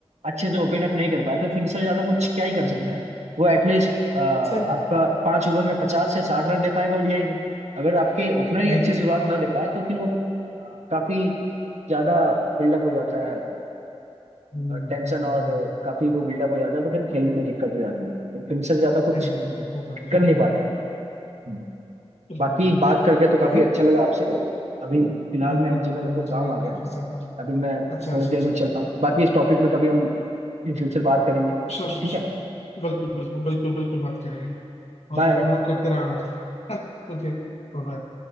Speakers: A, on the right; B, on the left.
A: अच्छे से ओपन अप नहीं कर पाए तो फिनिशर ज्यादा कुछ क्या ही कर सकता
B: हम्म,
A: है वो एटलीस्ट आपका
B: सही है।
A: पांच ओवर में पचास या साठ रन दे पाएगा ओडीआई में अगर आपके ओपनर ही
B: देखिए
A: अच्छी शुरुआत ना दे पाए तो फिर वो अ, काफी ज्यादा बिल्डअप हो जाता है
B: हम्म,
A: टेंशन
B: हम्म,
A: और
B: हम्म,
A: काफी वो बिल्डअप हो जाता है तो फिर खेलने में दिक्कत हो जाती है फिर से ज्यादा कुछ
B: किस तरह की दिक्कत आती है
A: कर नहीं पाते हैं। हम्म।
B: बिल्कुल
A: बाकी
B: बिल्कुल
A: बात करके तो काफी
B: लेकिन
A: अच्छा लगा आपसे अभी फिलहाल
B: बिल्कुल
A: मैं एक
B: बिल्कुल
A: जगह मेरे को
B: मुझे
A: काम
B: भी
A: आ गया
B: काफी
A: है
B: ज्यादा
A: अभी मैं
B: अच्छा
A: थोड़ी
B: अच्छा
A: देर
B: अच्छा
A: में
B: अच्छा
A: चलता हूँ बाकी इस टॉपिक पे कभी हम इन फ्यूचर बात करेंगे
B: Sure sure
A: ठीक
B: sure
A: है
B: बिल्कुल बिल्कुल बिल्कुल बिल्कुल बात करेंगे
A: बाय
B: और फोन वोन करते रहा करो <laughs> Okay bye.